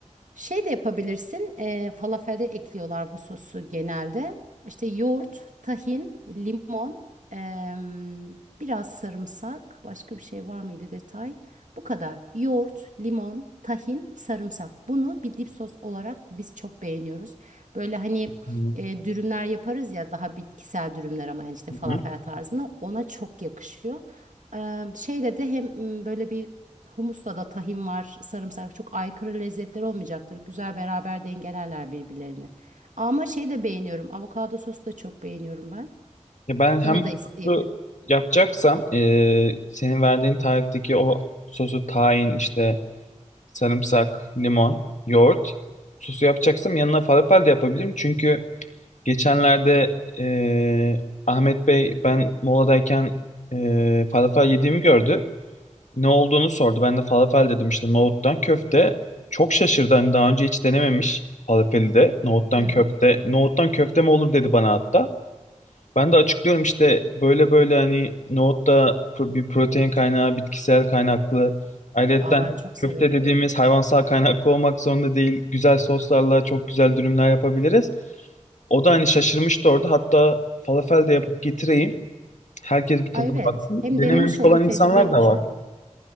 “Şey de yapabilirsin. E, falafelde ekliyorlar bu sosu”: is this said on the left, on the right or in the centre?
Right